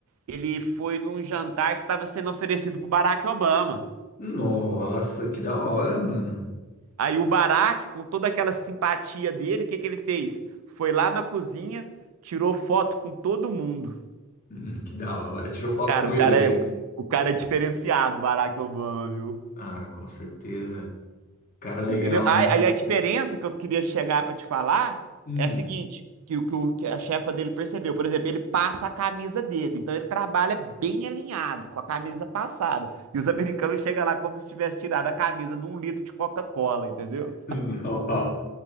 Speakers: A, on the right; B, on the left.
A: ele foi num jantar que estava sendo oferecido pro Barack Obama.
B: Nossa, que da hora, mano.
A: Aí o Barack, com toda aquela simpatia dele, o que que ele fez? Foi lá na cozinha, tirou foto com todo mundo.
B: Hum, que da hora. Tirou foto
A: Cara,
B: com
A: o
B: ele
A: cara
B: daí.
A: é, o cara é diferenciado, Barack Obama, viu?
B: Ah, com certeza. Cara legal,
A: Entendeu? Aí,
B: né?
A: aí a diferença que eu queria chegar pra te falar
B: Hum.
A: é a seguinte, que, o que o- que a chefa dele percebeu, por exemplo, ele passa a camisa dele, então ele trabalha bem alinhado, com a camisa passada. E os americanos chegam lá como se tivesse tirado a camisa de um litro de Coca-Cola, entendeu?
B: <laughs> No-